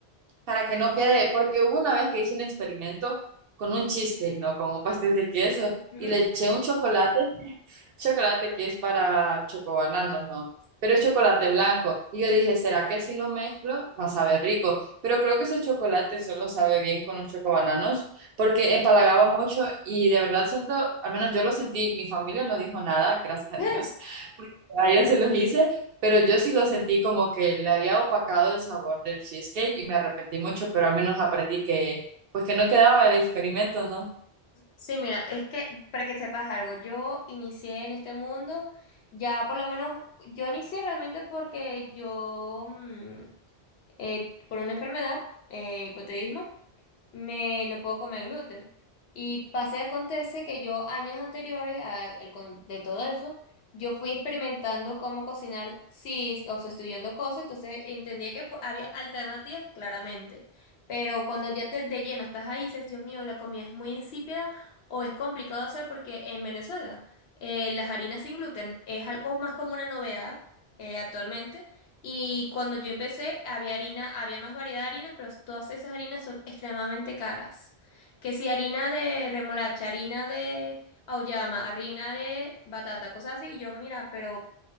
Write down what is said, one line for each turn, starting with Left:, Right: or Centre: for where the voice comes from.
Right: para que no quede, porque hubo una vez que hice un experimento con un cheesecake, ¿no? Con un pastel de queso
Left: ujú.
Right: y le eché un chocolate chocolate que es para chocobananos, ¿no? Pero es chocolate blanco. Y yo dije, ¿será que si lo mezclo va a saber rico? Pero creo que ese chocolate solo sabe bien con los chocobananos porque empalagaba mucho y de verdad siento, al menos yo lo sentí, mi familia no dijo nada, <laughs> gracias a
Left: Ah,
Right: Dios, porque a ellos se los hice, pero yo sí lo sentí como que le había opacado el sabor del cheesecake y me arrepentí mucho, pero al menos aprendí que, pues que no quedaba el experimento, ¿no?
Left: Sí, mira, es que para que sepas algo, yo inicié en este mundo, ya por lo menos, yo inicié realmente porque yo, mm, eh, por una enfermedad, eh, hipotiroidismo, me no puedo comer gluten. Y pase acontece que yo años anteriores a el con- de todo eso, yo fui experimentando cómo cocinar, sí, o sea, estudiando cosas, entonces entendía que po- había alternativas, claramente. Pero cuando ya te de lleno estás ahí, dices, Dios mío, la comida es muy insípida o es complicado hacer porque en Venezuela eh, las harinas sin gluten es algo más como una novedad eh, actualmente. Y cuando yo empecé, había harina, había más variedad de harinas, pero todas esas harinas son extremadamente caras. Que si harina de remolacha, harina de auyama, harina de batata, cosas así, y yo, mira, pero